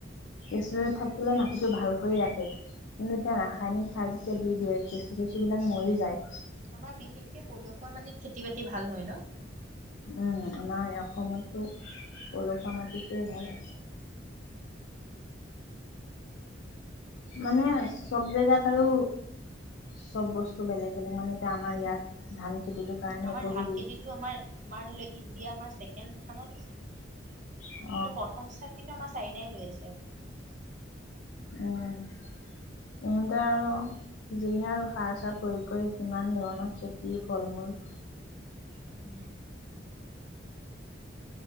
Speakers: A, on the left (about 75°); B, on the right (about 40°).
A: কেঁচু
B: উম
A: থাকিলে মাটিটো ভাল কৰি ৰাখে কিন্তু তেতি ৰাসায়নিক সাৰ যেতিয়া দি দিয়ে কেঁচু চেচু বিলাক মৰি যায়।
B: আমাৰ বিশেষকে পলসুৱা মাটিত খেতি-বাতি ভাল হয় ন'।
A: উম' আমাৰ এই অসমতো পলসুৱা মাটিটে ভাল মানে চব জেগাত আৰু চব বস্তু বেলেগ বেলেগ মানে এতিয়া আমাৰ ইয়াত ধান খেতিটোৰ কাৰণে
B: উম আমাৰ
A: উপযোগী
B: ধান খেতিটো আমাৰ আমাৰ ধৰি ল ইণ্ডিয়া আমাৰ ছেকেণ্ড স্থানত আছে। কিন্তু
A: অ
B: প্ৰথম স্থান কিন্তু আমাৰ চাইনাই লৈ আছে।
A: উম' ইহঁতে আৰু যিহে আৰু সাৰ চাৰ প্ৰয়োগ কৰি কিমান ধৰণৰ খেতি ফল মূল।
B: উম'